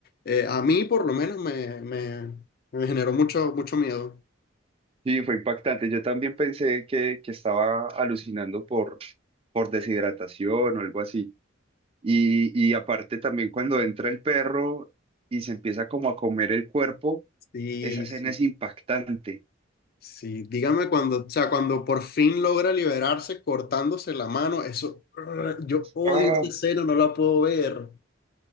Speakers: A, on the left; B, on the right.
A: eh, a mí por lo menos me, me- me generó mucho, mucho miedo.
B: Sí, fue impactante. Yo también pensé que, que estaba alucinando por, por deshidratación o algo así. Y, y aparte también cuando entra el perro y se empieza como a comer el cuerpo,
A: Sí,
B: esa escena
A: sí,
B: es impactante.
A: sí, dígame cuando, o sea, cuando por fin logra liberarse cortándose la mano, eso, <grunts> yo odio
B: Ah,
A: esa escena, no la puedo ver.